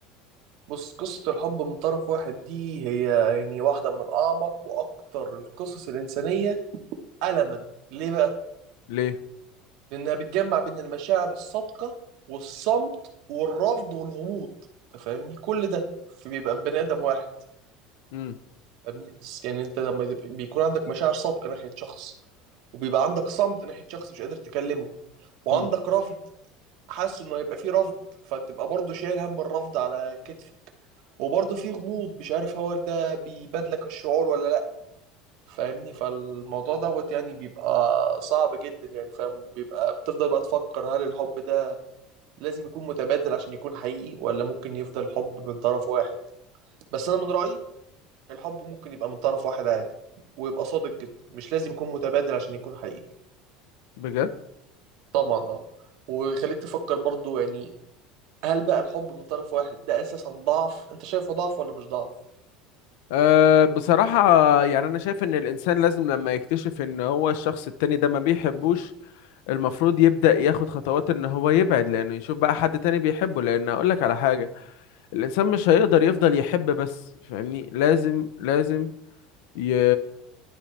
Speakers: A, on the right; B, on the left.
A: بص قصة الحب من طرف واحد دي هي يعني واحدة من أعمق وأكتر القصص الإنسانية ألما ليه بقى؟
B: ليه
A: لأنها بتجمع بين المشاعر الصادقة والصمت والرفض والغموض أنت فاهمني؟ كل ده في- بيبقى في بني آدم واحد
B: امم
A: فاهمني؟ يعني أنت لما تبقى- بيكون عندك مشاعر صادقة ناحية شخص وبيبقى عندك صمت ناحية شخص مش قادر تكلمه وعندك
B: امم
A: رفض حاسس إنه هيبقى فيه رفض فتبقى برضه شايل هم الرفض على كتفك وبرضه في غموض مش عارف هو ده بيبادلك الشعور ولا فاهمني فالموضوع دوت يعني بيبقى صعب جدا يعني فاهم بيبقى بتفضل بقى تفكر هل الحب ده لازم يكون متبادل عشان يكون حقيقي ولا ممكن يفضل حب من طرف واحد بس انا من رأيي الحب ممكن يبقى من طرف واحد عادي ويبقى صادق جدا مش لازم يكون متبادل عشان يكون حقيقي
B: بجد
A: طبعا اه ويخليك تفكر برضو يعني هل بقى الحب من طرف واحد ده اساسا ضعف انت شايفه ضعف ولا مش ضعف
B: أه بصراحة يعني أنا شايف إن الإنسان لازم لما يكتشف إن هو الشخص التاني ده ما بيحبوش المفروض يبدأ ياخد خطوات ان هو يبعد لانه يشوف بقى حد تاني بيحبه لان اقول لك على حاجة الانسان مش هيقدر يفضل يحب بس فاهمني لازم لازم ي...